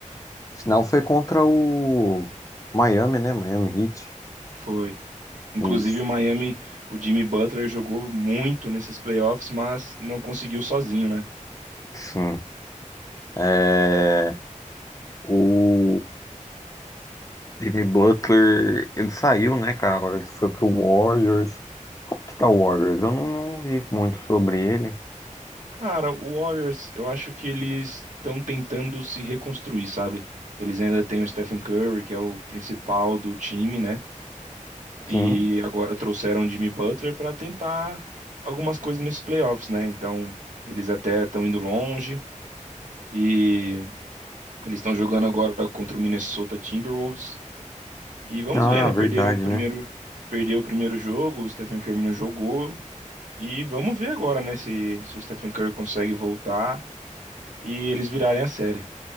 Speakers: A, on the left; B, on the right.
A: Final foi contra o Miami, né? Miami Heat.
B: Foi. Inclusive,
A: Isso.
B: o Miami, o Jimmy Butler jogou muito nesses playoffs, mas não conseguiu sozinho, né?
A: Sim. É... O Jimmy Butler, ele saiu, né, cara? Agora ele foi pro Warriors. Como que tá o Warriors? Eu não, não vi muito sobre ele.
B: Cara, o Warriors, eu acho que eles estão tentando se reconstruir, sabe? Eles ainda têm o Stephen Curry, que é o principal do time, né? E
A: Sim.
B: agora trouxeram o Jimmy Butler para tentar algumas coisas nesses playoffs, né? Então, eles até estão indo longe e eles estão jogando agora contra o Minnesota Timberwolves. E vamos
A: Ah,
B: ver, né?
A: verdade,
B: Perderam o primeiro,
A: né?
B: perdeu o primeiro jogo, o Stephen Curry não jogou. E vamos ver agora, né, se, se o Stephen Curry consegue voltar e eles virarem a série.